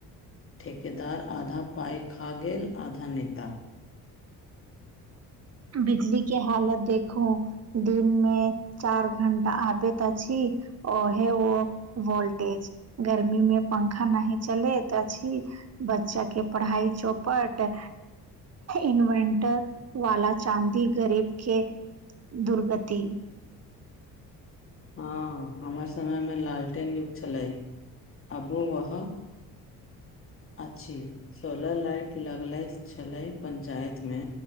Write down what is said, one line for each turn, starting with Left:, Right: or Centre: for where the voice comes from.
Left: ठेकेदार आधा पाइ खा गेल, आधा नेता।
Right: बिजली के हालत देखू। दिन मे चार घण्टा, आबैत छी ओ है ओ वोल्टेज गर्मी मे पंखा नहि चलेत अछी बच्चा के पढ़ाई चौपट, इन्वेट वाला चाँदी गरीब के दुर्गति।
Left: हँ हमर समयमे लालटेन युग्ग छलै, आबो रह। अछि, सोलर लाइट लगले छले पंचायत मे।